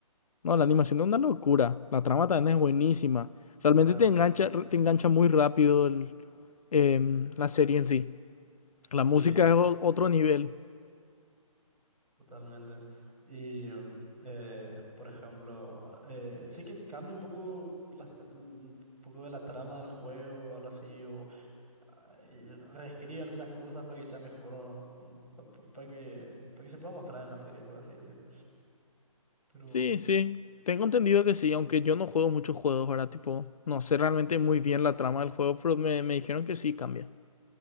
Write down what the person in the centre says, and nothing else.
Claro,
claro,
sí.
Totalmente. Y um, eh, por ejemplo, eh, sé que cambia un poco las tra- l- un poco de la trama del juego o algo así, o ah, y reescribe algunas cosas para que sea mejor, o, mm, pa- pa- para que, para que se pueda mostrar en la serie, por así decirlo. Pero